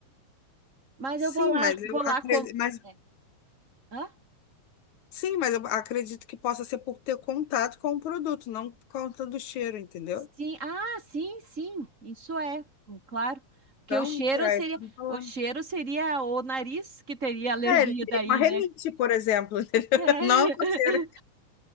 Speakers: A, on the right; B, on the left.
A: Mas
B: Sim,
A: eu vou lá,
B: mas eu
A: vou lá
B: acredito,
A: como.
B: mas
A: É. Hã?
B: sim, mas eu acredito que possa ser por ter contato com o produto, não por conta do cheiro, entendeu?
A: Sim, ah, sim, sim, isso é, hum, claro. Porque
B: Então,
A: o cheiro
B: tá,
A: seria,
B: estamos falando.
A: o cheiro seria o nariz que teria alergia
B: É, ele teria
A: daí,
B: uma renite,
A: né? É.
B: por exemplo, <laughs> entendeu?
A: <laughs>
B: Não uma coceira,